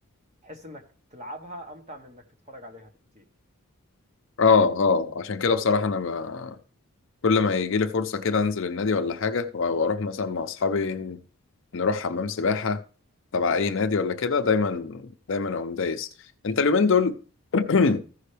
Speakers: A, on the right; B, on the left.
A: تحس انك تلعبها امتع من انك تتفرج عليها بكتير
B: اه اه عشان كده بصراحة انا ب... كل ما يجي لي فرصة كده انزل النادي ولا حاجة و- واروح مثلا
A: مم.
B: مع اصحابي نروح حمام سباحة تبع
A: آه.
B: اي نادي ولا كده دايما دايما اقوم دايس انت اليومين دول <clears throat>